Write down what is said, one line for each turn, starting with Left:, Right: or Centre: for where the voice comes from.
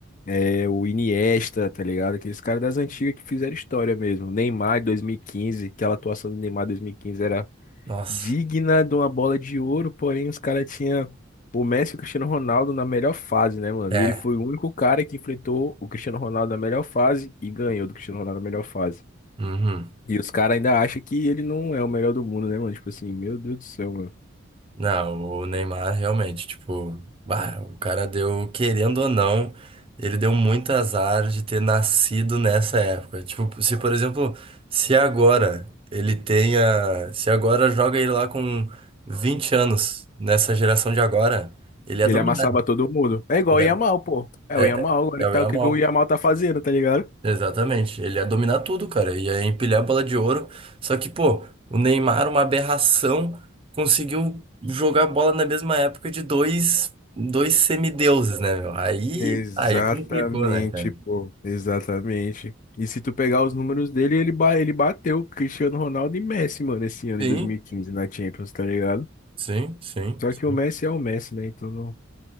Left: é, o Iniesta, tá ligado? Aqueles caras das antigas que fizeram história mesmo. Neymar 2015, aquela atuação do Neymar 2015 era
Right: Nossa.
Left: digna de uma bola de ouro, porém os caras tinham o Messi e o Cristiano Ronaldo na melhor fase, né, mano?
Right: É.
Left: E ele foi o único cara que enfrentou o Cristiano Ronaldo na melhor fase e ganhou do Cristiano Ronaldo na melhor fase.
Right: Uhum.
Left: E os caras ainda acham que ele não é o melhor do mundo, né, mano? Tipo assim, meu Deus do céu, mano.
Right: Não, o Neymar realmente, tipo, bah, o cara deu, querendo ou não, ele deu muito azar de ter nascido nessa época. Tipo, se por exemplo, se agora ele tenha, se agora joga ele lá com 20 anos, nessa geração de agora, ele é
Left: Ele
Right: dominado,
Left: amassava todo mundo. É igual
Right: ele
Left: o Yamal,
Right: é,
Left: pô. É o
Right: é,
Left: Yamal agora
Right: é
Left: que
Right: o
Left: tá,
Right: Yamal.
Left: o que que o Yamal tá fazendo, tá ligado?
Right: Exatamente, ele ia dominar tudo, cara, ia empilhar a bola de ouro. Só que, pô, o Neymar, uma aberração, conseguiu jogar bola na mesma época de dois, dois semideuses, né, meu? Aí,
Left: Exatamente,
Right: aí complicou, né, cara?
Left: pô. Exatamente. E se tu pegar os números dele, ele, ba- ele bateu Cristiano Ronaldo e Messi, mano, esse ano
Right: Sim,
Left: em 2015 na Champions, tá ligado?
Right: sim, sim,
Left: Só
Right: sim.
Left: que o Messi é o Messi, né? Então não,